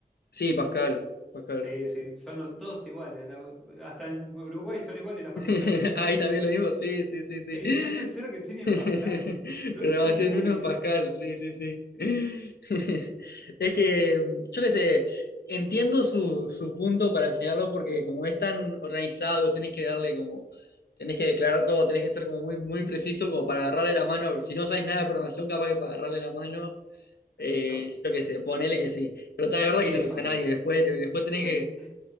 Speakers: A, on the left; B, in the centre.
A: Sí, Pascal, Pascal.
B: Sí, sí, son todos iguales. la- Hasta en Uruguay son iguales las facultades.
A: <laughs> Ahí también lo mismo, sí, sí, sí, sí.
B: Sí, no puede ser que enseñen
A: <laughs>
B: Pascal, boludo. No
A: Programación
B: lo usa nadie.
A: 1, Pascal, sí, sí, sí. <laughs> Es que, yo qué sé, entiendo su, su punto para enseñarlo porque como es tan organizado, tenés que darle como, tenés que declarar todo, tenés que ser como muy, muy preciso como para
B: Ah,
A: agarrarle la mano. Si no sabes nada de programación, capaz que para agarrarle la mano,
B: claro.
A: eh, yo qué sé, ponele que sí. Pero está de verdad
B: Sí,
A: que no lo
B: panel.
A: usa nadie, después, después tenés
B: Eh,
A: que,